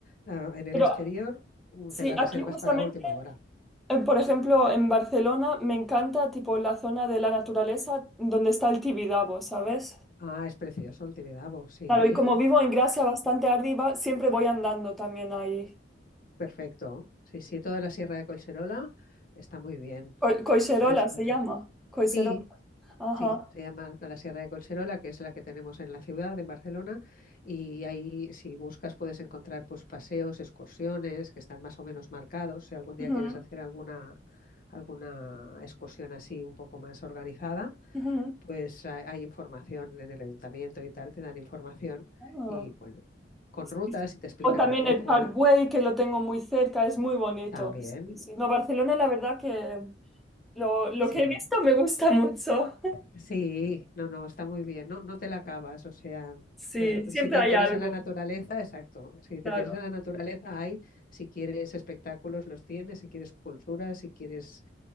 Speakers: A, on the left; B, in the centre.
A: ah, en el
B: Pero
A: exterior mm,
B: sí,
A: te las
B: aquí
A: reservas
B: justamente,
A: para última hora.
B: eh, por
A: Mm.
B: ejemplo, en Barcelona me encanta tipo la zona de la naturaleza donde está el Tibidabo, ¿sabes?
A: Ah, es precioso el Tibidabo, sí,
B: Claro, y como vivo en Gracia bastante arriba, siempre voy andando también ahí.
A: perfecto. Sí, sí, toda la Sierra de Collserola está muy bien.
B: Co- Coiserola
A: Puedes, puedes
B: se llama.
A: hacer-
B: Coiserola.
A: Sí,
B: Ajá.
A: Sí, se llama la Sierra de Collserola, que es la que tenemos en la ciudad, en Barcelona, y ahí si buscas puedes encontrar pues paseos, excursiones que están más o menos marcados. Si algún día
B: Ujú,
A: quieres hacer alguna alguna excursión así un poco más organizada,
B: ujú.
A: pues hay, hay información en el ayuntamiento y tal, te dan información
B: Ah,
A: y bueno, con rutas
B: sí, sí.
A: y te explican
B: O también
A: un poco
B: el Parkway, que lo tengo muy cerca, es muy bonito.
A: también.
B: Sí, sí. No, Barcelona, la verdad que lo, lo
A: Sí,
B: que he visto me gusta mucho. <laughs>
A: Sí, no, no, está muy bien, no, no te la acabas, o sea,
B: Sí,
A: eh,
B: siempre
A: si te interesa
B: hay algo,
A: la naturaleza, exacto, si te
B: claro.
A: interesa la naturaleza hay, si quieres espectáculos los tienes, si quieres cultura, si quieres